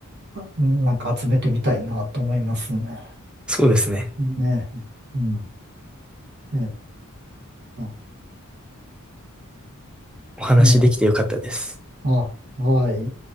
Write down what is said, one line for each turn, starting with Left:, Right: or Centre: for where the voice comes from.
Right: あなんか集めてみたいなと思いますね。
Centre: そうですね。
Right: ね、うん、ね、あ、
Centre: お話できてよかったです。
Right: ね、あ、はい。